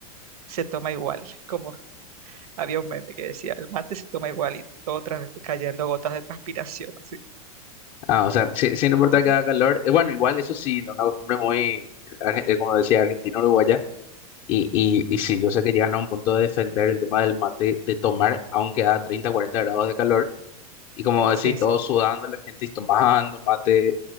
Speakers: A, on the right; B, on the left.
A: se toma igual, como Había un meme que decía, el mate se toma igual y todo tras- cayendo gotas de transpiración, así.
B: Ah, o sea, si- sin importar
A: Ujú.
B: que haga calor. eh, Bueno, igual eso sí, una costumbre muy, arge- eh, como decía, argentino-uruguaya. Y, y, y sí, yo sé que llegan a un punto de defender el tema del mate, de tomar, aunque a 30 40 grados de calor. Y como decís,
A: Sí, sí,
B: todos sudando, la gente y tomando mate,